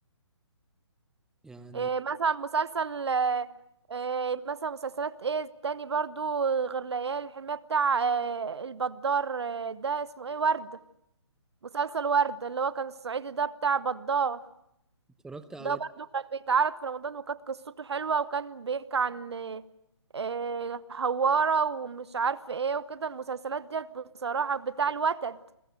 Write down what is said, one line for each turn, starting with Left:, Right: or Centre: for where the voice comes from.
Centre: يعني
Right: إيه مثلا مسلسل آه، إيه مثلا مسلسلات ايه تاني برضو غير ليالي الحلمية بتاع آه، البدار آه، ده اسمه ايه ورد مسلسل ورد اللي هو كان الصعيدي ده بتاع بدار
Centre: اتفرجت على
Right: ده برضو كان بيتعرض في رمضان وكانت قصته حلوة وكان بيحكي عن آه، آه، هوارة ومش عارف ايه وكده المسلسلات ديت بصراحة بتاع الوتد